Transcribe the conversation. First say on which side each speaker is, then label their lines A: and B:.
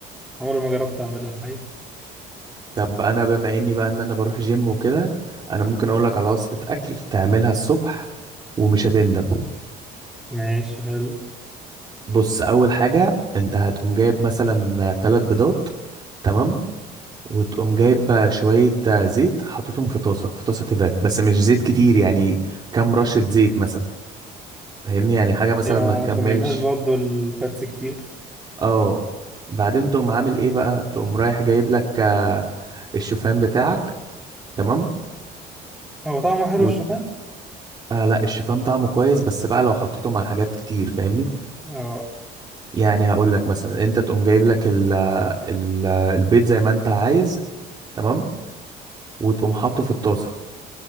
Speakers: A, in the centre; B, on the right.
A: عمري ما جربت اعملها الحقيقه
B: طب انا بما اني بقى ان انا بروح جيم وكده انا ممكن اقول لك على وصفه اكل تعملها الصبح ومش هتندم
A: ماشي حلو
B: بص اول حاجه انت هتقوم جايب مثلا ثلاث بيضات تمام وتقوم جايب بقى شوية آه، زيت حطيتهم في طاسة في طاسة تيفال بس مش زيت كتير يعني كام رشة زيت مثلا فاهمني يعني حاجة مثلا
A: ايوه
B: ما تكملش
A: عشان ما يبقاش برضه الفاتس كتير
B: اه بعدين تقوم عامل ايه بقى تقوم رايح جايب لك آه، الشوفان بتاعك تمام
A: هو طعمه حلو
B: و...
A: الشوفان
B: آه لا الشوفان طعمه كويس بس بقى لو حطيته مع حاجات كتير فاهمني
A: اه
B: يعني هقول لك مثلا انت تقوم جايب لك ال... ال... البيض زي ما انت عايز تمام وتقوم حاطه في الطاسة